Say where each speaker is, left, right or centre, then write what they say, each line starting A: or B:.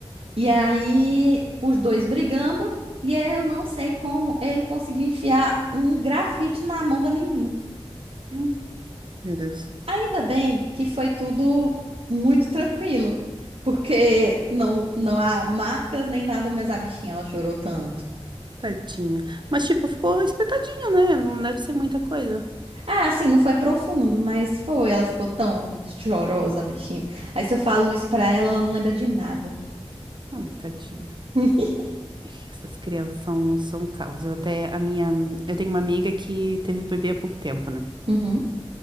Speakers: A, on the right; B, on the right.
A: E
B: Hum,
A: aí, os dois brigando, e aí eu não sei como ele conseguiu enfiar um grafite na mão da menina.
B: hum, Meu Deus,
A: Ainda bem que foi tudo muito tranquilo, porque não, não há marcas nem nada, mas a bichinha, ela chorou tanto.
B: tadinha. Mas, tipo, ficou espetadinho, né? Não deve ser muita coisa.
A: Ah, assim, não foi profundo, mas foi. Ela ficou tão chorosa, a bichinha. Aí se eu falo isso pra ela, ela não lembra de nada.
B: Ai, tadinha.
A: <laughs>
B: Ih, Essas crianças são, são um caos. Eu até, a minha, eu tenho uma amiga que teve bebê há pouco tempo, né?
A: Uhum,